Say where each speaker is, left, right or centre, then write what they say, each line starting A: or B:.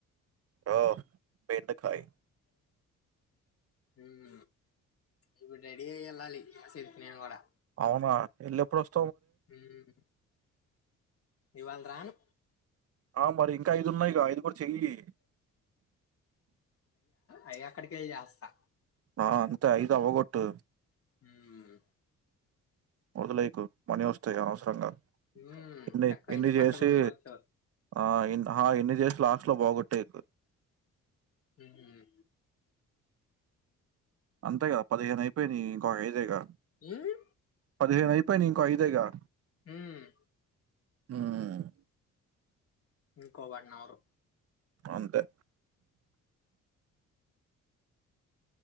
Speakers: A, on the right (about 50°); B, on the left (about 50°).
A: ఓ. బెండకాయ్.
B: ఉమ్ ఇప్పుడు రెడీ అయి వెళ్ళాలి ఆసిఫ్ కి నేను కూడా.
A: అవునా వెళ్లి ఎప్పుడు వస్.
B: ఉమ్ ఇవాళ రాను.
A: ఆహ్ మరి ఇంకా ఐదు ఉన్నాయి గా ఐదుగుడ. చెయ్యి.
B: అయా అక్కడీకొయ్యి చేస్తా.
A: ఆహ్ అంత ఐదవగొట్టు.
B: ఉమ్
A: వదిలేయకు మనీ వస్తాయి అనవసరంగా.
B: మ్మ్.
A: ఇన్ని
B: చక్కగా
A: ఇన్ని
B: ఎన్ని
A: చేసి
B: బట్టలు కొనుక్కోవచ్చు
A: ఆహ్ ఇన్ని. చేస్ లాస్ట్ లో బాగొట్టేకు.
B: ఉమ్మ్
A: అంతేగ పదిహేను అయిపోయినవి ఇంకో ఐదేగా.
B: ఉమ్మ్.
A: పదిహేను అయిపోయినవి ఇంకో ఐదెగా.
B: ఉమ్.
A: ఆహ్.
B: ఇంకో వన్ అవర్.
A: అంతే.